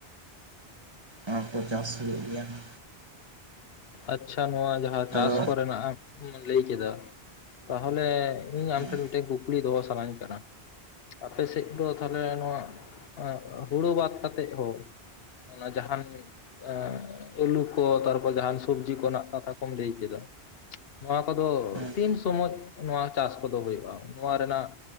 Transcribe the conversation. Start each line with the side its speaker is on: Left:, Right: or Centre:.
Right: ᱚᱱᱟ ᱠᱚ ᱪᱟᱥ ᱦᱩᱭᱩᱜ ᱜᱮᱭᱟ ᱾
Left: ᱟᱪᱪᱷᱟ ᱱᱚᱣᱟ ᱡᱟᱦᱟᱸ ᱪᱟᱥ
Right: ᱟᱫᱚ
Left: ᱠᱚᱨᱮᱱᱟᱜ ᱮᱢ ᱞᱟᱹᱭ ᱠᱮᱫᱟ ᱛᱟᱦᱚᱞᱮ ᱤᱧ
Right: ᱦᱮᱸ
Left: ᱟᱢ ᱴᱷᱮᱱ ᱢᱤᱫᱴᱮᱱ ᱠᱩᱠᱞᱤ ᱫᱚᱦᱚ ᱥᱟᱱᱟᱧ ᱠᱟᱱᱟ ᱾ ᱟᱯᱮ ᱥᱮᱫ ᱫᱚ ᱛᱟᱦᱚᱞᱮ ᱱᱚᱣᱟ ᱟᱸ ᱦᱩᱲᱩ ᱵᱟᱫ ᱠᱟᱛᱮᱫ ᱦᱳ ᱚᱱᱟ ᱡᱟᱦᱟᱱ ᱮᱸᱻ ᱟᱹᱞᱩ ᱠᱚ ᱛᱟᱨᱯᱚᱨ ᱡᱟᱦᱟᱱ ᱥᱚᱵᱡᱤ ᱠᱚᱱᱟᱜ ᱠᱟᱛᱷᱟ ᱠᱚᱢ ᱞᱟᱹᱭ ᱠᱮᱫᱟ, ᱱᱚᱣᱟ ᱠᱚᱫᱚ
Right: ᱦᱮᱸ
Left: ᱛᱤᱱ ᱥᱚᱢᱚᱭ ᱱᱚᱣᱟ ᱪᱟᱥ ᱠᱚᱫᱚ ᱦᱩᱭᱩᱜᱼᱟ? ᱱᱚᱣᱟ ᱨᱮᱱᱟᱜ